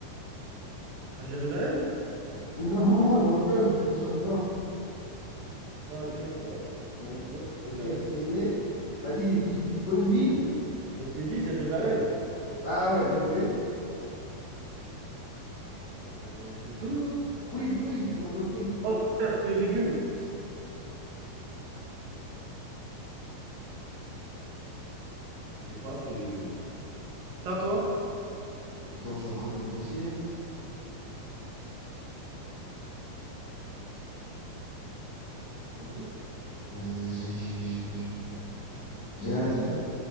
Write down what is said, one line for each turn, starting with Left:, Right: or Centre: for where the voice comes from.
Right: À Jérusalem?
Left: Non, <laughs> dans le fleuve <laughs> Jordan.
Right: Ah, ok, bah ouais.
Left: Ouais.
Right: Bon, c'est bon, j'ai entendu
Left: Ok,
Right: la
Left: je
Right: réponse.
Left: t'ai aidé. Vas-y, il te faut une ville.
Right: Mais Je t'ai dit Jérusalem.
Left: Ah ouais, bien joué.
Right: Euh, c'est tout, hein?
Left: Fruits, fruits, il te manque le fruit.
Right: Oh, putain, fruits et légumes. Chaud. J'ai pas fruits et légumes. T'as toi?
Left: Attends, je suis en train de réfléchir.
Right: Vas-y.
Left: Euh, j'ai- j'ai- j'ai- j'ai- j'ai-
Right: Ouais,